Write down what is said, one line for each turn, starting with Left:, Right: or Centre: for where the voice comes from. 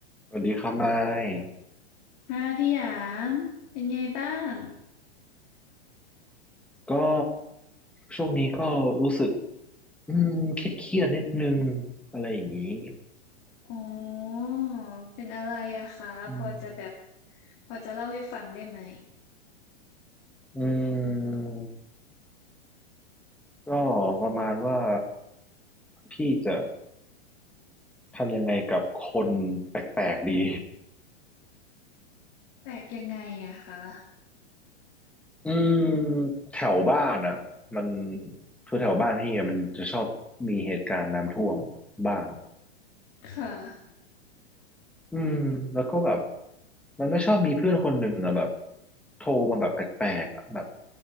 Centre: สวัสดีครับไมค์
Left: ค่ะพี่หยางเป็นไงบ้าง
Centre: ก็ช่วงนี้ก็รู้สึกอืมเครียดเครียดนิดนึงอะไรอย่างนี้
Left: อ๋อเป็นอะไรอะคะพอจะแบบ
Centre: อืม
Left: พอจะเล่าให้ฟังได้ไหม
Centre: อืมก็ประมาณว่าพี่จะทำยังไงกับคนแปลกๆดี
Left: แปลกยังไงอะคะ
Centre: อืมแถวบ้านอ่ะมันคือแถวบ้านพี่อะมันจะชอบมีเหตุการณ์น้ำท่วมบ้าง
Left: ค่ะ
Centre: อืมแล้วก็แบบมันก็ชอบมีเพื่อนคนหนึ่งอะแบบโทรมาแบบแปลกๆอะแบบ